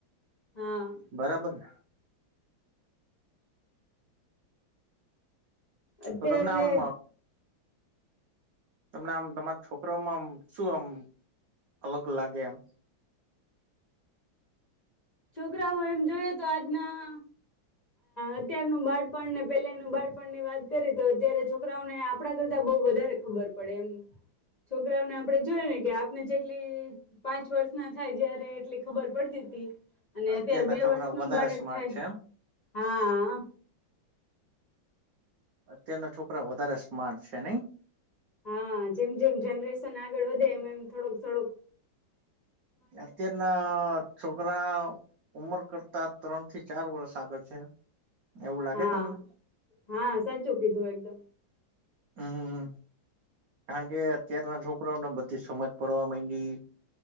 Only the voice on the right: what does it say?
બરાબરને?
તો તમને આમ તમને આમ તમારા છોકરાઓમાં આમ શું આમ અલગ લાગે એમ?
અત્યારના
છોકરા
વધારે
સ્માર્ટ
છે એમ
અત્યારના છોકરા, વધારે સ્માર્ટ છે, નહી?
અત્યારના છોકરા, ઉમર કરતા ત્રણ થી, ચાર વર્ષ આગળ છે એવું લાગે
તમને
હા. કારણ કે, અત્યારના છોકરાઓને બધી સમજ પડવા માંડી